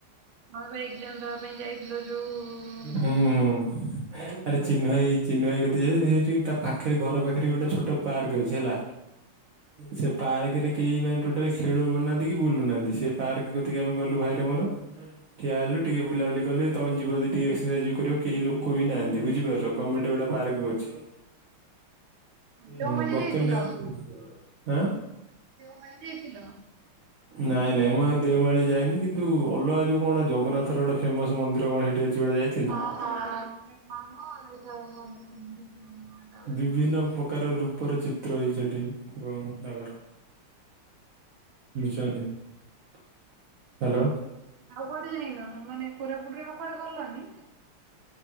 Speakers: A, on the right (about 80°); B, on the right (about 65°).
A: ଆମେ ବା ଏକ୍ଜାମ ଦବା ପାଇଁ ଯାଇଥିଲ ଯୋଉ
B: ହୁଁ। ଆରେ ଚିନୁ ଭାଇ ଚିନୁ ଭାଇ କତିକି ଯାଇଥି ସେଇଠି ତା ପାଖରେ ଘର ପାଖରେ ଗୋଟେ ଛୋଟ ପାର୍କ ଅଛି ହେଲା। ସେ ପାର୍କରେ କେହି ମାନେ ଟୋଟାଲି ଖେଳୁ ନାହାନ୍ତି କି ବୁଲୁନାହାନ୍ତି ସେ ପାର୍କ କତିକି ଆମେ ଗଲୁ ଭାଇର ମୋର ଠିଆ ହେଲୁ ଟିକେ ବୁଲାବୁଲି କଲୁ ତମେ ଯିବ ଯଦି ଟିକେ ଏକସରସାଇଜ ବି କରିବ କେହି ଲୋକ ବି ନାହାନ୍ତି ବୁଝିପାରୁଛ ଗମେଣ୍ଟ ଗୋଟା ପାର୍କ କରିଚି।
A: ଦେଓମାଳି
B: ହଁ ବକେଟ
A: ଯାଇଥିଲ
B: ନାଗୁରୁ ଆଁ।
A: ଦେଓମାଳି ଯାଇଥିଲ।
B: ନାଇଁ ନାଇଁ ମୁଁ ଆଉ ଦେଓମାଳି ଯାଇନି କିନ୍ତୁ ଅଲଗା ଯଉ କଣ ଜଗନ୍ନାଥର ଗୋଟା ଫେମସ ମନ୍ଦିର କଣ ସେଠି ଅଛି ଗୋଟେ ଯାଇ
A: ହଁ ହଁ ସେ କଣ ମ ସେଟା ମନେ ପଡୁନି। ଟା ଗୋଟେ
B: ବିଭିନ୍ନ
A: କଣ
B: ପ୍ରକାର ରୂପରେ ଚିତ୍ର ହେଇଛି ସେଠି ହୁଁ ତାଙ୍କର। ବୁଝୁଛନ୍ତି ହ୍ୟାଲୋ।
A: ଆଉ କୁଆଡେ ଯାଇନ ମାନେ କୋରାପୁଟରେ ଆଉ କୁଆଡେ ଗଲନି।